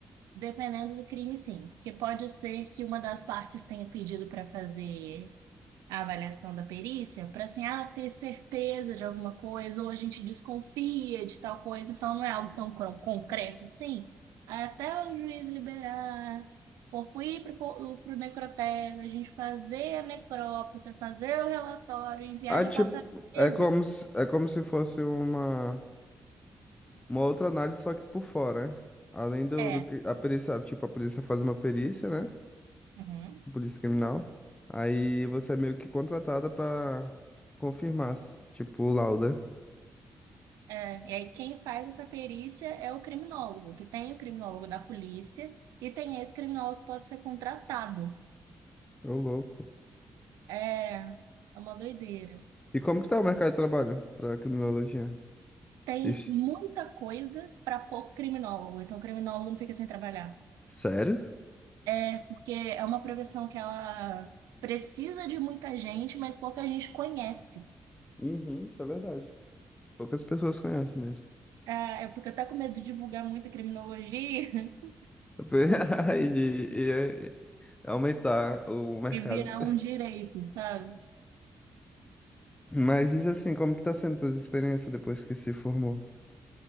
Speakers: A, on the right; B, on the left.
A: Dependendo do crime, sim. Porque pode ser que uma das partes tenha pedido para fazer. a avaliação da perícia para assim, ah, ter certeza de alguma coisa, ou a gente desconfia de tal coisa, então não é algo tão cron- concreto assim. Aí até o juiz liberar, o corpo ir para o necrotério, a gente fazer a necrópsia, fazer o relatório, enviar
B: Ah,
A: já
B: tipo,
A: passar
B: é
A: meses.
B: como se, é como se fosse uma. Uma outra análise, só que por fora, né? Além do,
A: É.
B: do que a perícia, tipo, a polícia faz uma perícia, né?
A: Uhum.
B: Polícia criminal. Aí você é meio que contratada pra confirmar, s- tipo, o laudo. né?
A: É, e aí quem faz essa perícia é o criminólogo, que tem o criminólogo da polícia e tem esse criminólogo que pode ser contratado.
B: Ô, louco.
A: É, é uma doideira.
B: E como que tá o mercado de trabalho pra criminologia?
A: Tem
B: Ixi.
A: muita coisa para pôr criminólogo, então o criminólogo não fica sem trabalhar.
B: Sério?
A: É, porque é uma profissão que ela precisa de muita gente, mas pouca gente conhece.
B: Uhum, isso é verdade. Poucas pessoas conhecem mesmo.
A: É, eu fico até com medo de divulgar muita criminologia <laughs>
B: <laughs> E de e- e aumentar o mercado.
A: e virar um direito, sabe?
B: Mas diz assim, como que tá sendo suas experiências depois que se formou?